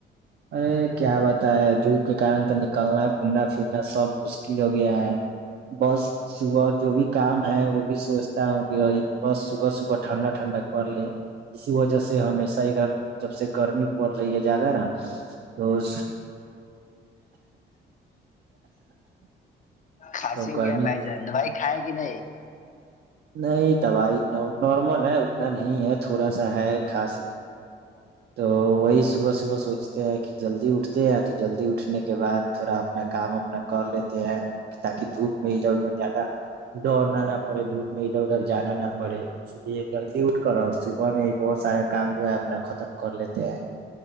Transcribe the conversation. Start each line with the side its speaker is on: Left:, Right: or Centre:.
Right: ارے کیا بت ہے جھوک کے کارن تو نکلنا گھومنا پھرنا سب مشکل ہو گیا ہے بس صبح جو بھی کام ہے وہ بھی سوچتا ہوں کہ بس صبح صبح ٹھنڈا ٹھنڈا پڑ لے اسی وجہ سے ہمیشہ ادھر جب سے گرمی پڑ رہی ہے زیادہ نا تو
Left: کھسی ہو
Right: گرمی
Left: گیا بھائی جان بھائی کائے کہ نہیں
Right: نہیں دوائی نارمل ہے اتنا نہیں ہے تھوڑا سا ہے خاص تو وہی صبح صبح سوچتے ہیں کہ جلدی اٹھتے ہیں تو جلدی اٹھنے کے بعد تھوڑا اپنا کام اپنا کر لیتے ہیں تاکہ دھوپ میں ہی جدہ زیادہ دوڑنا نہ پڑے دھوپ میں ادھر ادھر جانا نہ پڑے اس لیے جلدی اٹھ کر اور صبح میں بہت سارا کام جو ہے اپنا ختم کر لیتے ہیں